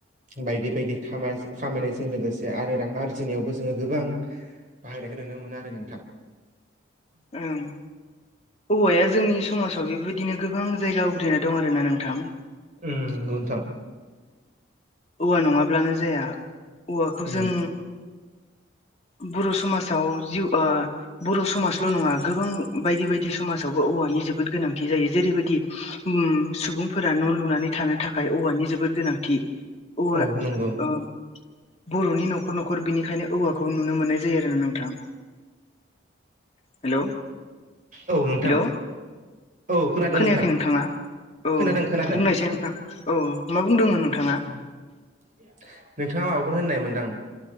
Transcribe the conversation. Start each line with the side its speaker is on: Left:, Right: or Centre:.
Right: बायदि बायदि खामाजो खामानिजों लोगोसे आरो रां आरजिनायावबो जोङो गोबां बाहायनायखौ नुनो मोनो आरो नोंथां।
Left: ओं औवाया जोंनि समाजाव बे बेबायदिनो गोबां जायगा आवग्रिना दं आरोना नोंथां।
Right: ओम बुंथां
Left: औवा नङाब्लानो जाया औवाखौ
Right: उम
Left: जों बर' समाजाव जिउ ओ बर' समाजल' नङा गोबां बायदि बायदि समाजावबो औवानि जोबोद गोनांथि जायो जेरैबायदि उम सुबुंफोरा न' लुनानै थानो थाखाय औवानि जोबोद गोनांथि। औवा
Right: औ नंगौ
Left: ओ बर'नि न'खर न'खर बेनिखायनो औवा खौ नुनो मोननाय जायो आरोना नोंथां हेलौ
Right: औ नोंथां
Left: हेलौ
Right: औ खोनादों
Left: खोनायाखै
Right: नोंथां
Left: नोंथाङा औ
Right: खोनादों खोनादों
Left: बुंनायसै नोंथां औ मा बुंदोंमोन नोंथाङा
Right: नोंथाङा माबाफोर होननाय मोनदां